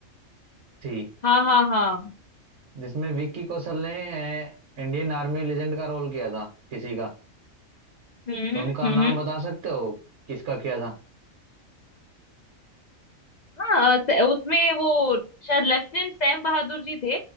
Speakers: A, on the right; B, on the left.
A: थी
B: हाँ हाँ हाँ
A: जिसमें विक्की कौशल ने इंडियन आर्मी लेजेंड का रोल किया था किसी का
B: हम्म
A: तो
B: हम्म
A: उनका
B: हम्म
A: नाम बता सकते हो किसका किया था
B: हाँ स- उसमें वो शायद लेफ्टिनेंट सैम बहादुर जी थे